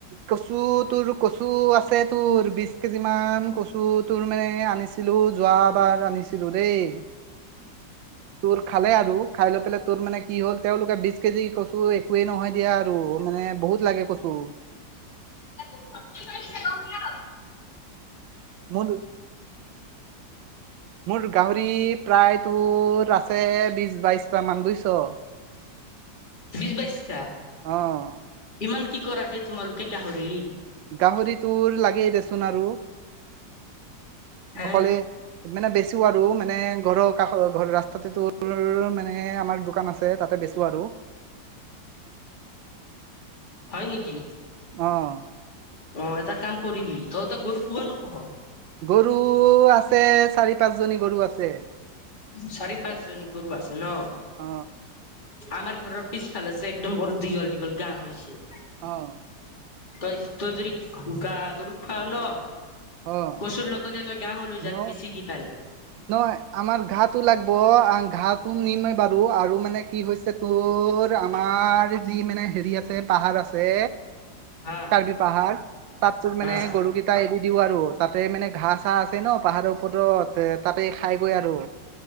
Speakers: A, on the right; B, on the left.
A: কচু তোৰ কচু আছে তোৰ বিশ কেজি মান কচু তোৰ মানে আনিছে। ছিলো যোৱাবাৰ আনিছিলো দেই। তোৰ খালে আৰু খাই লৈ পেলাই তোৰ মানে কি হ'ল তেওঁলোকে বি কেজি কচু একোৱে নহয়। দিয়া আৰু মানে বহুত লাগে কচু।
B: <unintelligible> গম <unintelligible>
A: মই তুৰ মোৰ গাহৰি প্ৰায় তোৰ আছে বিশ বাইশটা মান বুইছ।
B: বিছ বাইচতা।
A: অৱ।
B: ইমান কি কৰা হে তোমালোকে গাহৰি?
A: গাহৰিটোৰ লাগেই দেচোন আৰু,
B: হে
A: অকলে মানে বেছিও আৰু মানে ঘৰৰ কাষ ঘ ৰাস্তাতে তোৰ মানে আমাৰ দোকান আছে তাতে বেচো আৰু।
B: হয় নেকি।
A: অৱ।
B: অৱ এটা কাম কৰিবি তই ত গৰু পুহ নোপুহ?
A: গৰু আছে চাৰি পাঁচ জনী গৰু আছে।
B: চাৰি পাঁচজনী গৰু আছে ন।
A: অ
B: আমাৰ ঘৰৰ পিছফালে আ যে একদম বৰ দীঘল দীঘল গা হৈছে।
A: অৱ।
B: তই তই যদি গা গৰু খোৱাও ন।
A: অ
B: কচুৰ লগতে তই গা হো লৈ
A: ন
B: যা বেছিকি পালে।
A: নহয় আমাৰ ঘাটো লাগব ঘাটো নিমে বাৰু আৰু মানে কি হৈছে। তোৰ আমাৰ যি মানে হেৰি আছে, পাহাৰ আছে।
B: হা
A: কাৰ্বি পাহাৰ পাত তোৰ
B: হা
A: মানে গৰুগীত এটা এৰি দিও আৰু তাতে মানে ঘাঁহ চাহ আছে ন পাহাৰৰ ওপৰত তাতে খাই গৈ আৰু